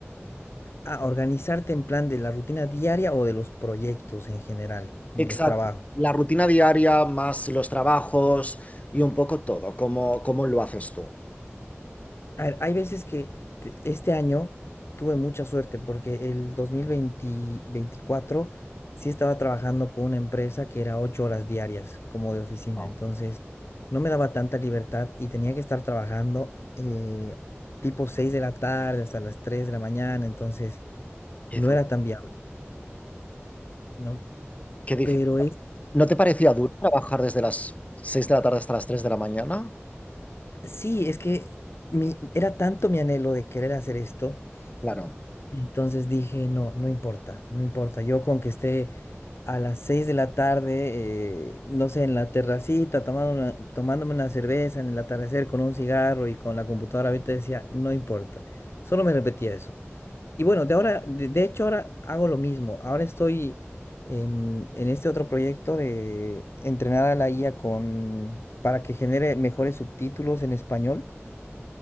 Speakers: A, on the left; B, on the left.
A: Ah, organizarte en plan de la rutina diaria o de los proyectos en general, de
B: Exacto.
A: los trabajos.
B: La rutina diaria más los trabajos y un poco todo. ¿Cómo, cómo lo haces tú?
A: A ver, hay veces que te- este año tuve mucha suerte porque el 2024 sí estaba trabajando con una empresa que era ocho horas diarias como de oficina,
B: No.
A: entonces no me daba tanta libertad y tenía que estar trabajando eh, tipo 6 de la tarde hasta las 3 de la mañana, entonces
B: Qué
A: no
B: duro.
A: era tan viable, ¿no?
B: Qué difí-
A: Pero es
B: ¿No te parecía duro trabajar desde las 6 de la tarde hasta las 3 de la mañana?
A: Sí, es que mi, era tanto mi anhelo de querer hacer esto,
B: Claro.
A: entonces dije, no, no importa, no importa, yo con que esté a las seis de la tarde, eh, no sé, en la terracita, tomando una- tomándome una cerveza en el atardecer con un cigarro y con la computadora abierta, decía, no importa, solo me repetía eso. Y bueno, de ahora, de, de hecho ahora hago lo mismo, ahora estoy en, en este otro proyecto de entrenar a la IA con, para que genere mejores subtítulos en español.